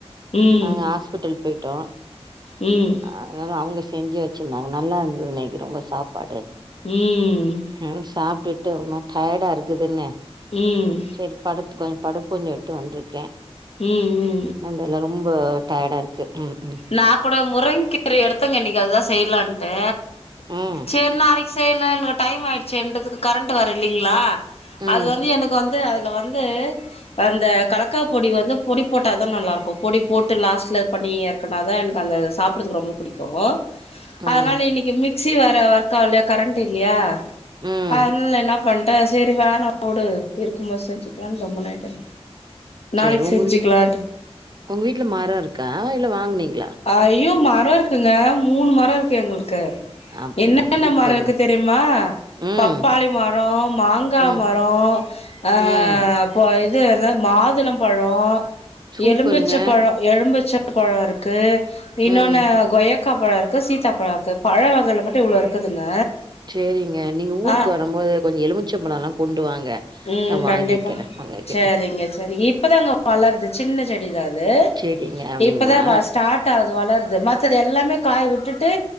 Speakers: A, on the left; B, on the right.
A: ம்
B: நாங்க ஆஸ்பிட்டல் போய்டோ
A: ம்
B: அங்கதா அவுங்க செஞ்சு வச்சிந்தாங்க நல்லா இருந்தது இன்னைக் ரொம்ப சாப்பாடு
A: ம் உம்
B: அ சாப்டுட்டு ஒரு மாரி டயடா இருக்குதுன்னு
A: ம் ம்
B: செரி படுத்து கொஞ்சோ படுப்போன் சொல்ட்டு வந்திருக்கே
A: ம் ம்
B: மன்டேலா ரொம்ப டயடா இருக்கு ம் ம்
A: நா கூட முருங் கீர எடுத்துன் இன்னீக்கி அதுதா செய்லான்ட்டு
B: ம்
A: செர் நாளைக் செய்லா எனக்கு டைம் ஆய்டுச்சே என்றதுக்கு கரண்ட் வேற இல்லிங்ளா
B: ம்
A: அது வந்து எனக்கு வந்து து அதுல வந்து அந்த கலக்கா பொடி வந்து பொடி போட்டா தா நல்லாருக்கு பொடி போட்டு லாஸ்ட்ல பண்ணி கடாதா எனக் அந்த சாப்டுறதுக்கு ரொம்ப புடிக்கு
B: ம்
A: அத்னால
B: ம்
A: இன்னக்கி மிக் ஸி வேற ஒர்க் ஆவலயா கரண்ட் இல்லயா
B: ம்
A: அத்ல என்னாப் பண்ட்டே செரி வேணா வுடு இருக்கும்போது செஞ்சுக்கலான் கம்முன்னு ஆயிட்டேங்க நாளைக்கு
B: செரி உங்க
A: செஞ்சுக்கலான்ட்டு
B: வீ உங்க வீட்டுல மரோருக்கா இல்ல வாங்குனீங்களா
A: அய்யோ மரோ இருக்குங்க மூணு மரோ இருக்கு எங்களுக்கு
B: அப்
A: என்னென்னா
B: சூப்பருங்க
A: மரோ இருக்கு தெரியுமா
B: ம்
A: பப்பாளி மரோ மாங்கா
B: ம்
A: மரோ ஆ
B: ம்
A: ப இது என்ன மாதுளம் பழோ
B: சூப்பருங்க
A: எலும்பிச்ச பழோ எலும்பிச்ச பழோ இருக்கு இன்னொன்னு
B: ம்
A: கொய்யா காப்பழோ இருக்கு சீதாப்பழோ இருக்கு பழ வகைல மட்டு இவ்ளோ இருக்குதுங்க
B: சேரிங்க நீங்க ஊருக்கு
A: ஆ
B: வரும்போது கொஞ்சோ எலுமிச்ச பழம்ல்லா கொண்டு வாங்க
A: ம்
B: நா
A: கண்டிப்பா
B: வாங்கிக்கிறே உங்ககிட்ட
A: சேரிங்க சேரிங்க இப்பதாங்க வளர்து சின்ன செடிதா அது
B: சேரிங்க அப்டிங்களா
A: இப்பதான் வா ஸ்டார்ட் டாகுது வளர்து மத்தது எல்லாமே காய் வுட்டுட்டு